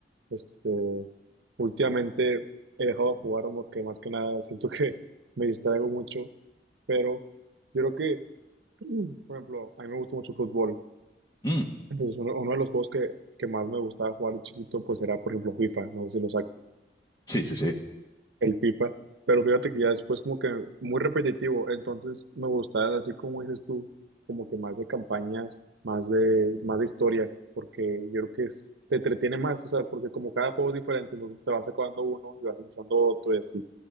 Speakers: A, on the right; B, on the left.
A: Este, últimamente he dejado de jugar porque más que nada siento que <laughs> me distraigo mucho, pero yo creo que, <clears throat> por ejemplo, a mí me gusta mucho el fútbol,
B: Mm,
A: entonces uno, uno de los juegos que, que más me gustaba jugar de chiquito pues era, por ejemplo, FIFA, no sé si lo saques.
B: sí, sí, sí.
A: el FIFA, pero fíjate que ya después como que muy repetitivo, entonces me gustaba así como dices tú, como que más de campañas, más de, más de historia, porque yo creo que es- te entretiene más, o sea, porque como cada juego es diferente, entonces te vas acabando uno y vas empezando otro y así.